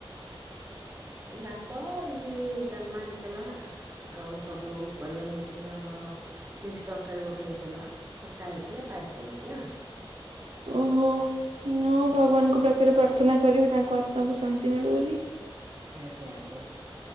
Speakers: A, on the right (about 30°); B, on the right (about 85°).
A: ଆଉ ସେଥିପାଇଁ ଭାତ ଏମିତି ଡାଲମା ହେଇ ଥିଲା ଆଉ ସବୁ ପରିବା ମିଶିକି ଯୋଉ ଆମର ମିକ୍ସ ତରକାରୀ ଗୋଟେ ହେଇଥିଲା, ଖଟା ହେଇଥିଲା, ପାଏସ ହେଇଥିଲା।
B: ଓହୋଃ। ମୁଁ ଭଗବାନଙ୍କ ପାଖରେ ପ୍ରାର୍ଥନା କରିବି ତାଙ୍କ ଆତ୍ମାକୁ ଶାନ୍ତି ମିଳୁ ବୋଲି।
A: ଆଜ୍ଞା ଆଜ୍ଞା।